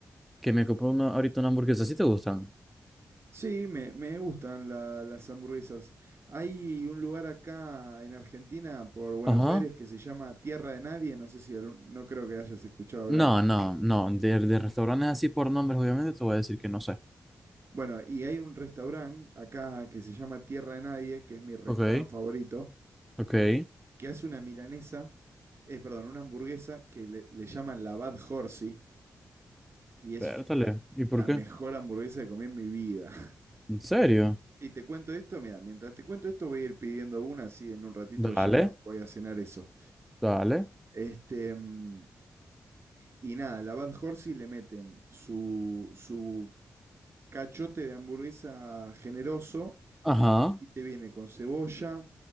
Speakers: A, in the centre; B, on the right (about 55°).
A: Que me compré una, ahorita una hamburguesa. ¿Sí te gustan?
B: Sí, me, me gustan la- las hamburguesas. Hay un lugar acá en Argentina, por Buenos
A: Ajá.
B: Aires, que se llama Tierra de Nadie. No sé si algún- no creo que hayas escuchado hablar.
A: No, no, no. De, de restaurantes así por nombres, obviamente, te voy a decir que no sé.
B: Bueno, y hay un restaurante acá que se llama Tierra de Nadie, que es mi restaurante
A: Ok,
B: favorito,
A: ok.
B: que hace una milanesa, eh, perdón, una hamburguesa que le, le llaman la Bad Horsey, y es
A: Pértale. ¿Y por
B: la
A: qué?
B: mejor hamburguesa que comí en mi vida. <laughs>
A: ¿En serio?
B: Si te cuento esto, mira, mientras te cuento esto voy a ir pidiendo una, así en un ratito
A: Dale,
B: ya voy a cenar eso.
A: dale.
B: Este, mm, y nada, la Bad Horsey le meten su, su cachote de hamburguesa generoso
A: Ajá.
B: y te viene con cebolla,